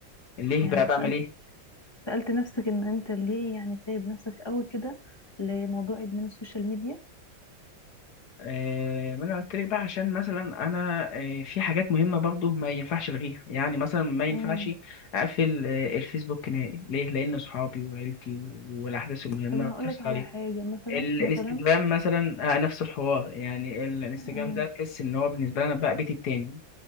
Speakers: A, on the left; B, on the left.
A: ليه
B: يعني
A: بقى بعمل
B: سألت
A: ايه
B: سألت نفسك ان انت ليه يعني سايب نفسك قوي كده لموضوع ادمان السوشيال ميديا
A: آه ما انا قلت لك بقى عشان مثلا انا آه في حاجات مهمه برضو ما ينفعش الغيها يعني مثلا ما ينفعش
B: امم
A: اقفل آه الفيسبوك نهائي ليه لان اصحابي وعيلتي والاحداث المهمه
B: طب انا
A: بتحصل
B: هقولك على
A: عليه
B: حاجة مثلا
A: الانستجرام
B: مثلا
A: مثلا آه، نفس الحوار يعني الانستجرام
B: مم.
A: ده تحس ان هو بالنسبه لنا بقى بيتي التاني